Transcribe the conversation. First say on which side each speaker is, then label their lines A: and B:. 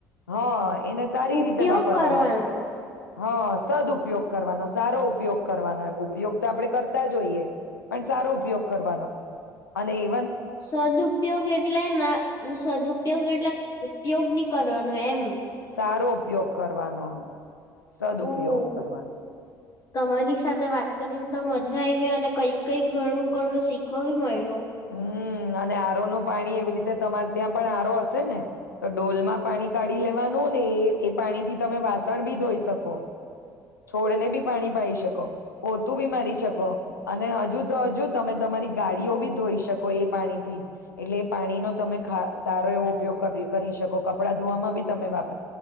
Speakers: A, on the left (about 80°); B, on the left (about 35°).
A: હા. એને સારી
B: ઉપયોગ
A: રીતે વાપરવાનું.
B: કરવાનો
A: હા સદ ઉપયોગ કરવાનો સારો ઉપયોગ કરવાનો એમ ઉપયોગ તો આપડે કરતા જો હોઈએ પણ સારો ઉપયોગ કરવાનો અને એ
B: સદઉપયોગ એટલે ના સદઉપયોગ એટલે ઉપયોગ ની કરવાનો એમ.
A: સારો ઉપયોગ કરવાનો હા સદઉપયોગ
B: ઓ
A: કરવાનો
B: તમારી સાથે વાત કરીને તો મજા આવી અને કઈક કઈક ઘણું ઘણું શીખવા મયળુ.
A: હમ અને આરોનું પાણી એવી રીતે તમારે ત્યાં પણ આરો હશે ને તો ડોલમાં પાણી કાઢી લેવાનું ને એ એ પાણી થી તમે વાસણ બી ધોઈ શકો છોડને બી પાણી પાઇ શકો પોતું બી મારી શકો અને હજુ તો હજુ તમે તમારી ગાડીઓ બી ધોઈ શકો એ પાણીથી જ એટલે એ પાણીનો તમે સારો એવો ઉપયોગ કરી શકો કપડાં ધોવામાં બી તમે વાપરો